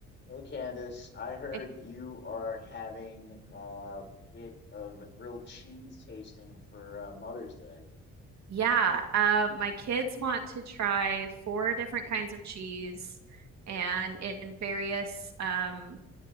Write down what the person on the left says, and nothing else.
Hey Candice, I heard
you are having a bit of a grilled cheese tasting for uh, Mother's Day.